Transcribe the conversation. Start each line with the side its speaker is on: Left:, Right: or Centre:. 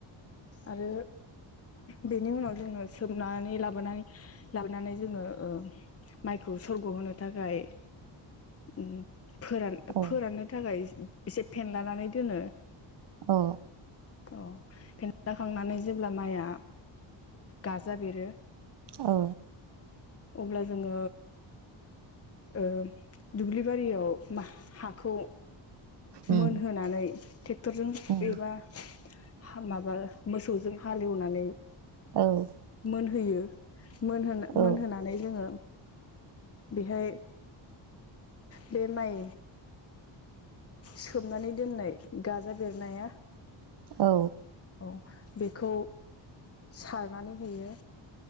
Left: आरो बेनि उनाव जोङो सोमनानै लाबोनानै लाबोनानै जोङो ओ माइखौ सरग' होनो थाखाय ओम फोरान
Right: औ
Left: फोराननो थाखाय ए से फेनलानानै दोनो।
Right: अ
Left: अ फेन खांनानै जेब्ला माइया गाजा बेरो
Right: औ
Left: अब्ला जोङो ओ दुब्लिबारियाव माह हाखौ
Right: उम
Left: मोनहोनानै टेक्टरजों
Right: उम
Left: एबा हा माबा मोसौजों हालेवनानै
Right: औ
Left: मोनहोयो। मोनहो
Right: औ
Left: मोनहोनानै जोङो बेहाय बे माइ सोमनानै दोननाय गाजा बेरनाया
Right: औ
Left: औ बेखौ सारनानै होयो।